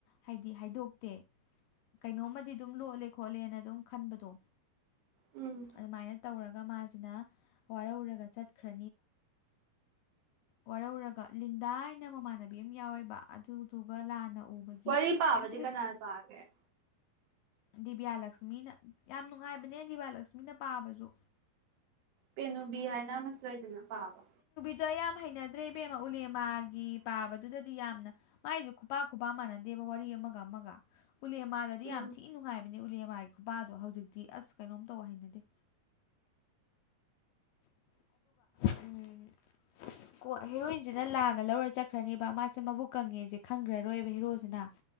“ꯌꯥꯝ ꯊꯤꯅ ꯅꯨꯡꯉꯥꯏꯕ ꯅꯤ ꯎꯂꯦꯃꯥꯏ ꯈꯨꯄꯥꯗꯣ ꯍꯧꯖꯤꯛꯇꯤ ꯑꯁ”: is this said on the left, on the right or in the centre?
Left